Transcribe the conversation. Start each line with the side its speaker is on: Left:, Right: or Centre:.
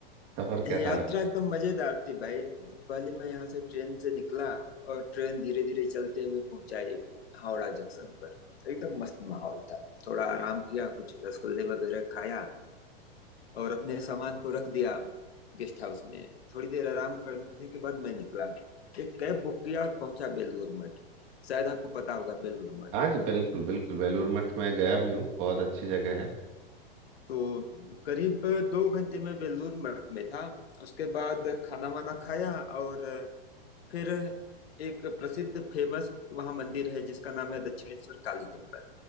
Right: सफर कैसा
Left: यात्रा
Right: रहा
Left: एकदम मजेदार थी भाई पहले मैं यहाँ से ट्रेन से निकला और ट्रेन धीरे धीरे चलते हुए पहुंचाई हावड़ा जंक्शन पर एकदम मस्त माहौल था थोड़ा आराम किया कुछ रसगुल्ले वगैरह खाया और अपने सामान को रख दिया गेस्ट हाउस में थोड़ी देर आराम करने के बाद मैं निकला एक कैब बुक किया और पहुंचा बेलूर मठ शायद आपको पता होगा बेलूर मठ
Right: हाँ जी बिल्कुल बिल्कुल बेलूर मठ में गया भी हूँ बहुत अच्छी जगह है
Left: तो करीब दो घंटे में बेलूर मठ में था उसके बाद खाना वाना खाया और फिर एक प्रसिद्ध फेमस वहाँ मंदिर है जिसका नाम है दक्षिणेश्वर काली टेम्पल